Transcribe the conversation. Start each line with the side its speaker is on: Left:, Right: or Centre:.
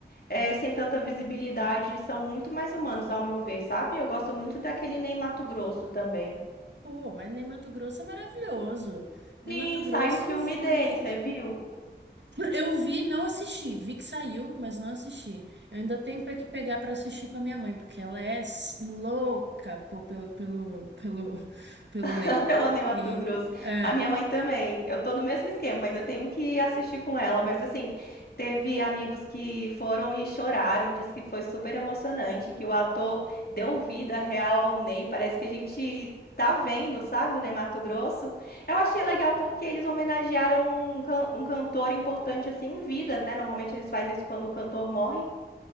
Left: eh, sem tanta visibilidade, são muito mais humanos, ao meu ver, sabe? Eu gosto muito daquele Ney Matogrosso também.
Right: pô, mas nem Mato Grosso é maravilhoso. Nem
Left: Sim,
Right: Mato Grosso
Left: saiu o filme
Right: foi.
Left: dele, você viu?
Right: Eu vi, não assisti. Vi que saiu, mas não assisti. Eu ainda tenho pra que pegar pra assistir com a minha mãe, porque ela é s- louca pô, pelo, pelo, pelo, <laughs> pelo Ney.
Left: <laughs> Pelando em
Right: E
Left: Mato Grosso.
Right: é.
Left: A minha mãe também. Eu tô no mesmo esquema, ainda tenho que assistir com ela, mas assim, teve amigos que foram e choraram, disse que foi super emocionante, que o ator deu vida real ao Ney, parece que a gente tá vendo, sabe, o Ney Mato Grosso. Eu achei legal porque eles homenagearam um, can- um cantor importante assim em vida, né? Normalmente eles fazem isso quando o cantor morre.